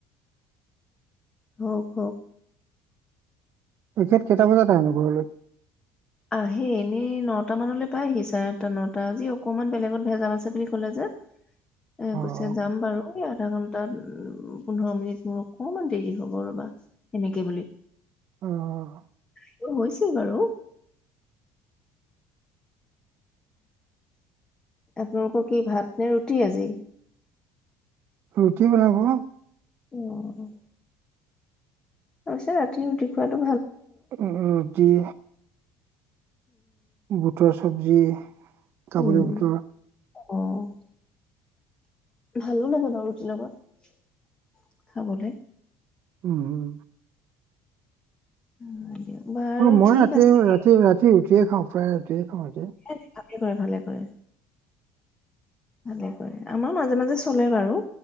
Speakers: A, on the left (about 15°); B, on the right (about 40°).
A: হওক হওক।
B: তেখেত কেইটা বজাত আহেনো ঘৰলৈ?
A: আহে, এনেই নটা মানলৈ পায়হি, চাৰে আঠটা নটা, আজি অকমান বেলেগত ভেজাল আছে বুলি কলে যে। এ
B: অ',
A: গুছে যাম বাৰু এয়া। আধা ঘন্টাত পোন্ধৰ মিনিট মোৰ অকণমান দেৰি হ'ব ৰ'বা এনেকে বুলি।
B: অ'।
A: আহিব হৈছে বাৰু। আপোনালোকৰ কি, ভাত নে ৰুটি আজি?
B: ৰুটি বনাব।
A: অ'। অবশ্য ৰাতি ৰুটি খোৱাতটো
B: উম ৰুটি বুটৰ চব্জি। যি কাবুলি
A: উম।
B: বটুৰ।
A: অ'। ভালো লাগে বাৰু ৰুটিৰ লগত খাবলৈ।
B: উম।
A: <inaudible>
B: অ' মই
A: ঠিক
B: ৰাতি
A: আছে দিয়ক।
B: ৰাতি ৰাতি ৰুটিয়ে খাও প্ৰায় ৰুটিয়ে খাও।
A: <inaudible> কৰে ভালে কৰে। ভালে কৰে, আমাৰ মাজে মাজে চলে বাৰু,